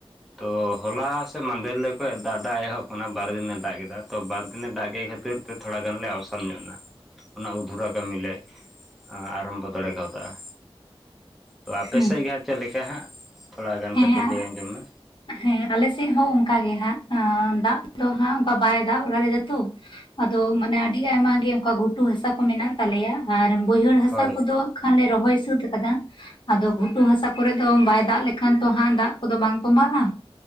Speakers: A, in the centre; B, on the left (about 50°).
A: ᱛᱚ ᱦᱚᱞᱟ ᱥᱮ ᱢᱟᱫᱮᱨᱦᱤᱞᱳᱜ ᱠᱷᱟᱡ ᱫᱟᱜ ᱫᱟᱜ ᱮᱦᱚᱵ ᱟᱠᱟᱱᱟ ᱵᱟᱨ ᱫᱤᱱᱮ ᱫᱟᱜ ᱠᱮᱫᱟ ᱛᱚ ᱵᱟᱨ ᱫᱤᱱᱮ ᱫᱟᱜ ᱠᱮᱫ ᱠᱷᱟᱹᱛᱤᱨ ᱛᱮ ᱛᱷᱚᱲᱟ ᱜᱟᱱ ᱞᱮ ᱟᱣᱥᱟᱱ ᱧᱚᱜ ᱮᱱᱟ ᱚᱱᱟ ᱚᱫᱷᱩᱨᱟ ᱠᱟᱹᱢᱤ ᱞᱮ ᱟᱨᱟᱢᱵᱚ ᱫᱟᱲᱮ ᱠᱟᱣᱫᱟᱜᱼᱟ ᱛᱚ ᱟᱯᱮ
B: ᱦᱮᱸ
A: ᱥᱮᱫ ᱜᱮᱦᱟᱸᱜ ᱪᱮᱫ ᱞᱮᱠᱟ ᱦᱟᱸᱜ ᱛᱷᱚᱲᱟ ᱜᱟᱱ
B: ᱦᱮᱸ
A: ᱠᱟᱹᱴᱤᱡ ᱞᱟᱹᱭ ᱟᱸᱡᱚᱢ ᱢᱮ
B: ᱦᱮᱸ ᱟᱞᱮᱥᱮᱫ ᱦᱚᱸ ᱚᱱᱠᱟ ᱜᱮ ᱦᱟᱸᱜ ᱫᱟᱜ ᱫᱚ ᱦᱟᱸᱜ ᱚᱱᱠᱟ ᱵᱟᱭ ᱫᱟᱜ ᱵᱟᱲᱟ ᱞᱮᱫᱟᱛᱚ ᱟᱫᱚ ᱢᱟᱱᱮ ᱟᱹᱰᱤ ᱟᱭᱢᱟᱜᱮ ᱚᱱᱠᱟ ᱜᱷᱩᱴᱩ ᱦᱟᱥᱟ ᱠᱚ ᱢᱮᱱᱟᱜ ᱛᱟᱞᱮᱭᱟ ᱟᱨ ᱵᱟᱹᱭᱦᱟᱹᱲ ᱦᱟᱥᱟ
A: ᱦᱳᱭ
B: ᱠᱚᱫᱚ ᱠᱷᱟᱱ ᱞᱮ ᱨᱚᱦᱚᱭ ᱥᱟᱹᱛ ᱟᱠᱟᱫᱟ ᱟᱫᱚ ᱜᱷᱩᱴᱩ ᱦᱟᱥᱟ ᱠᱚᱨᱮᱫ ᱫᱚ ᱵᱟᱭ ᱫᱟᱜ ᱞᱮᱠᱷᱟᱱ ᱛᱚ ᱦᱟᱸᱜ ᱫᱟᱜ ᱠᱚᱫᱚ ᱵᱟᱝ ᱛᱚᱸᱵᱟᱜᱼᱟ